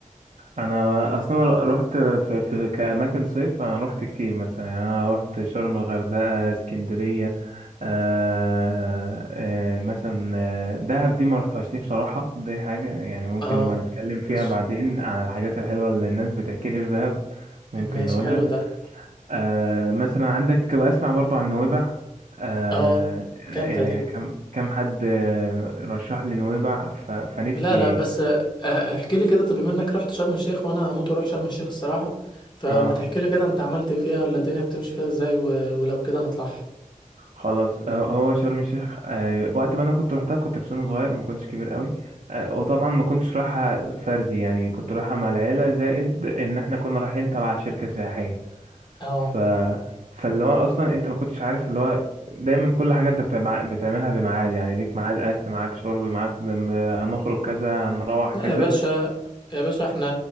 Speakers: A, on the right; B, on the left.
A: انا اصلا رحت في, في كاماكن صيف انا رحت كتير مثلا يعني انا رحت شرم الغردقه اسكندريه آه آه مثلا آه، دهب دي ما رحتهاش نفسي بصراحه دي حاجه يعني ممكن
B: اه
A: نبقى نتكلم فيها
B: ماشي
A: بعدين عن الحاجات الحلوه اللي الناس بتحكي لي في دهب ممكن
B: ماشي
A: نقولها
B: حلو ده
A: آه مثلا عندك بقى اسمع برضو عن نويبع آه
B: اه
A: يعني
B: جامده دي
A: كم كم حد آه، رشح لي نويبع ف- فنفسي
B: لا لا بس آه، احكي لي كده طب بما انك رحت شرم الشيخ وانا هموت واروح شرم الشيخ الصراحة فما
A: اه
B: تحكي لي كده انت عملت ايه فيها ولا الدنيا بتمشي فيها ازاي و- ولو كده نطلعها
A: خلاص هو هو شرم الشيخ آه، وقت ما انا كنت روحتها كنت في سن صغير ما كنتش كبير قوي آه، وطبعا ما كنتش رايحه فردي يعني كنت رايحه مع العيله زائد ان احنا كنا رايحين تبع شركه سياحيه
B: اه
A: ف فاللي هو اصلا انت ما كنتش عارف اللي هو دايما كل حاجه انت بتبع... بتعملها بميعاد يعني ليك ميعاد اكل معاك شرب معاك دم- هنخرج كذا هنروح
B: لا
A: كذا
B: يا باشا يا باشا احنا